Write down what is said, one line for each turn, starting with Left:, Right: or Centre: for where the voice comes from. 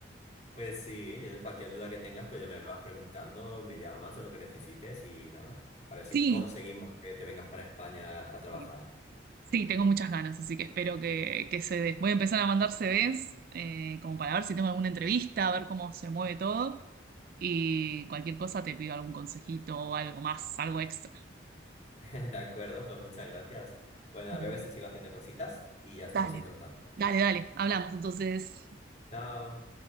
Left: Pues sí, yo- cualquier duda que tengas, pues ya me vas preguntando, me llamas de lo que necesites y nada, a ver si
Right: Sí.
Left: conseguimos que te vengas para España a trabajar.
Right: sí, Sí, tengo muchas ganas, así que espero que, que se dé. Voy a empezar a mandar CVs eh, como para ver si tengo alguna entrevista, a ver cómo se mueve todo. Y cualquier cosa te pido algún consejito o algo más, algo extra.
Left: <laughs> De acuerdo, pues muchas gracias. Bueno, a
Right: Mm,
Left: ver si sigo haciendo cositas y ya estamos
Right: Dale.
Left: en contacto.
Right: Dale, dale, hablamos entonces.
Left: Chao.